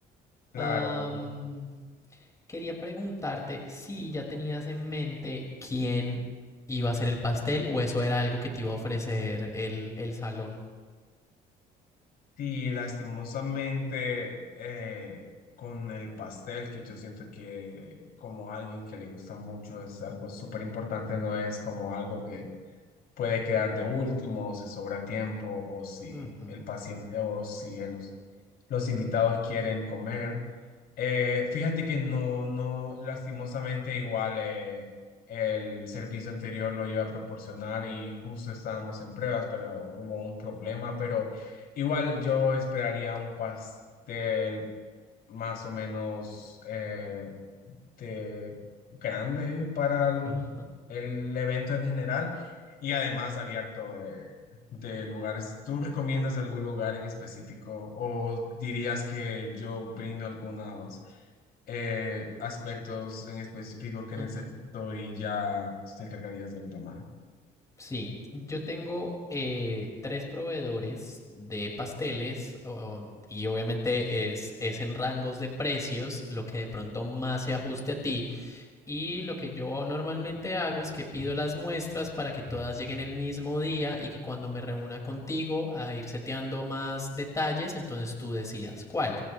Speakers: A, on the left; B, on the left.
A: Claro,
B: Am, quería preguntarte si ya tenías en mente quién iba a hacer el pastel o eso era algo que te iba a ofrecer el, el salón.
A: sí, lastimosamente eh, con el pastel, que yo siento que como alguien que le gusta mucho es algo súper importante, no es como algo que puede quedar de último, o se sobra tiempo, o si
B: Ujú.
A: el paciente, o si el- los, los invitados quieren comer. Eh, fíjate que no, no, lastimosamente igual eh, el servicio anterior lo iba a proporcionar y justo estábamos en pruebas, pero hubo un problema, pero igual yo esperaría un pastel más o menos eh, este, grande para el,
B: Ajá,
A: el evento en general y además abierto de, de lugares. ¿Tú recomiendas algún lugar en específico o dirías que yo brindo algunos eh, aspectos en específico que
B: ujú.
A: necesito y ya te encargarías de lo demás?
B: Sí, yo tengo eh, tres proveedores de pasteles o- y obviamente es, es en rangos de precios lo que de pronto más se ajuste a ti, Y lo que yo normalmente hago es que pido las muestras para que todas lleguen el mismo día y que cuando me reúna contigo a ir seteando más detalles, entonces tú decidas cuál.